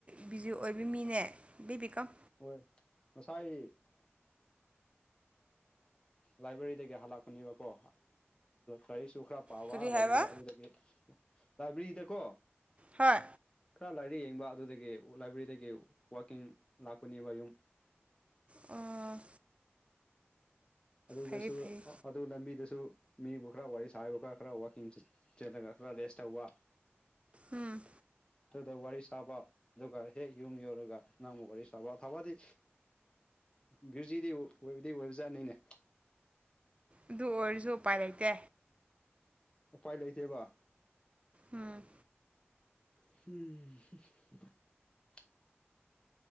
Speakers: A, on the right; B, on the left.
A: ꯕꯤꯖꯤ ꯑꯣꯏꯕ ꯃꯤꯅꯦ ꯕꯤ ꯄꯤꯀꯞ
B: ꯍꯣꯏ ꯉꯁꯥꯏ ꯂꯥꯏꯕ꯭ꯔꯦꯔꯤꯗꯒꯤ ꯍꯜꯂꯛꯄꯅꯦꯕꯀꯣ ꯑꯩ ꯁꯨ ꯈꯔ ꯄꯥꯎꯋꯥ
A: ꯀꯔꯤ ꯍꯥꯏꯕ
B: ꯂꯥꯏꯕ꯭ꯔꯦꯔꯤꯗ ꯑꯗꯨꯗꯒꯤ ꯂꯥꯏꯕ꯭ꯔꯦꯔꯤꯗꯀꯣ
A: ꯍꯣꯏ
B: ꯈꯔ ꯂꯥꯏꯔꯤ ꯌꯦꯡꯕ ꯑꯗꯨꯗꯒꯤ ꯂꯥꯏꯕ꯭ꯔꯦꯔꯤꯗꯒꯤ ꯋꯥꯛꯀꯤꯡ ꯂꯥꯛꯄꯅꯦꯕ ꯌꯨꯝ
A: ꯑꯣ
B: ꯑꯗꯨꯗꯁꯨ
A: ꯐꯩ ꯐꯩ
B: ꯑꯗꯨ ꯂꯝꯕꯤꯗꯁꯨ ꯃꯤꯕꯨ ꯈꯔ ꯋꯥꯔꯤ ꯁꯥꯥꯏꯕꯨ ꯈꯔ ꯈꯔ ꯋꯥꯀꯤꯡ ꯆꯂꯒ ꯈꯔ ꯔꯦꯁ ꯇꯧꯕ
A: ꯎꯝ
B: ꯑꯗꯨꯗ ꯋꯥꯔꯤ ꯁꯥꯕ ꯑꯗꯨꯒ ꯍꯦꯛ ꯌꯨꯝ ꯌꯧꯔꯒ ꯅꯪꯕꯨ ꯋꯥꯔꯤ ꯁꯥꯕ ꯊꯕꯗꯤ ꯕ꯭ꯌꯨꯖꯤꯗꯤ ꯑꯣꯏꯕꯗꯤ ꯑꯣꯏꯕꯖꯥꯠꯅꯤꯅꯦ
A: ꯑꯗꯨ ꯑꯣꯏꯔꯁꯨ ꯎꯄꯥꯏ ꯂꯩꯇꯦ
B: ꯎꯄꯥꯏ ꯂꯩꯇꯦꯕ
A: ꯎꯝ
B: ꯍꯝ